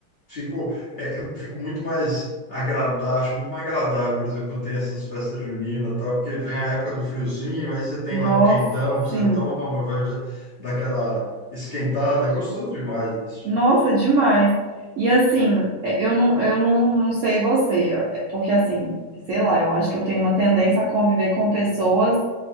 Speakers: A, on the left; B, on the right.
A: fico, é, eu fico muito mais agradável, acho muito mais agradável, por exemplo, quando tem essas festas juninas, e tal, porque vem a época do friozinho, aí você tem
B: Nossa,
A: lá um quentão que
B: sim.
A: você toma, vai já dar aquela esquentada, é gostoso demais isso.
B: Nossa,
A: gente.
B: é demais. E assim, é, eu não, eu não, não sei você, é, porque assim, sei lá, eu acho que eu tenho uma tendência a conviver com pessoas